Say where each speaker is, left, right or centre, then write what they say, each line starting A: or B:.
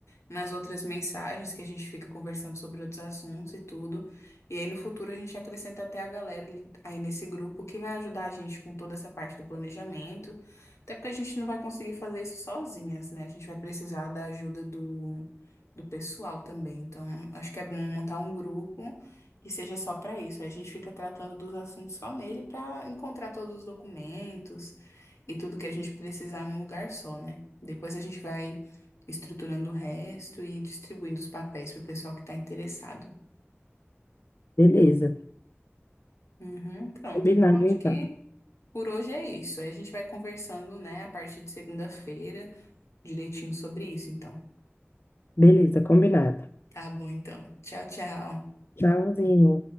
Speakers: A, on the left; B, on the left.
A: nas outras mensagens que a gente fica conversando sobre outros assuntos e tudo. E aí no futuro a gente acrescenta até a galera ali- aí nesse grupo que vai ajudar a gente com toda essa parte do planejamento. Até porque a gente não vai conseguir fazer isso sozinhas, né? A gente vai precisar da ajuda do, do pessoal também. Então, acho que é bom montar um grupo que seja só para isso. A gente fica tratando dos assuntos só nele para encontrar todos os documentos e tudo que a gente precisar num lugar só, né? Depois a gente vai estruturando o resto e distribuindo os papéis para o pessoal que está interessado.
B: Beleza.
A: Uhum, pronto,
B: Combinado,
A: então acho
B: então.
A: que por hoje é isso. Aí a gente vai conversando, né, a partir de segunda-feira, direitinho sobre isso, então.
B: Beleza, combinado.
A: Tá bom, então. Tchau, tchau.
B: Tchauzinho.